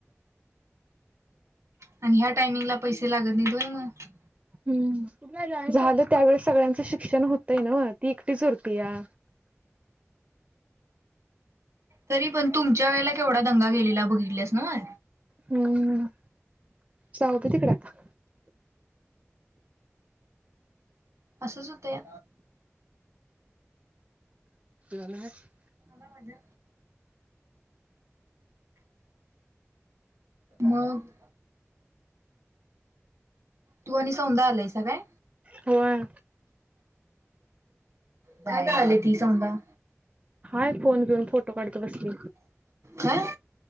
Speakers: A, on the right (about 75°); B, on the right (about 30°).
A: आणि ह्या टाइमिंगला पैसे लागत नाहीत होय मग.
B: ह झालं त्यावेळेस सगळ्यांच श शिक्षण होतय नव्ह ती एकटीच उतरत्या.
A: तरी पण तुमच्या वेळेला केवढा दंगा गेलेला बघितल्यास नव्ह.
B: हम्म जाऊत तिकड आता.
A: असंच होतं या.
B: <unintelligible>
A: म्हणजे? मग. तू आणि सौधा आलायस काय.
B: होय
A: कायला आली ती सौंदा
B: हाय फोन घेऊन फोटो काढत बसली
A: हं.